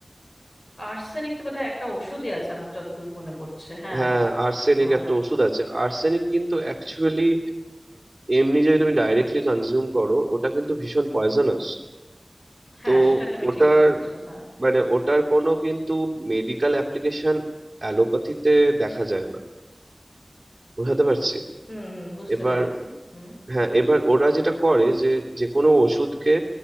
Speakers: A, on the left (about 50°); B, on the right (about 50°).
A: আর্সেনিক তো বোধহয় একটা ওষুধই আছে আমার যতদূর মনে পড়ছে হ্যাঁ
B: হ্যাঁ আর্সেনিক
A: হ্যাঁ
B: একটা ওষুধ আছে আর্সেনিক কিন্তু অ্যাকচুয়ালি এমনি যদি তুমি ডাইরেক্টলি কনজিউম করো ওটা কিন্তু ভীষণ পয়জনাস
A: হ্যাঁ
B: তো
A: সেটা তুমি
B: ওটার
A: ঠিক বলেছো হ্যাঁ
B: মানে ওটার কোনো কিন্তু মেডিকেল অ্যাপ্লিকেশন অ্যালোপ্যাথিতে দেখা যায় না বুঝাতে পারছি
A: হুম হুম বুঝতে
B: এবার
A: পেরেছি হুম
B: হ্যাঁ এবার ওরা যেটা করে যে যে কোনো ওষুধকে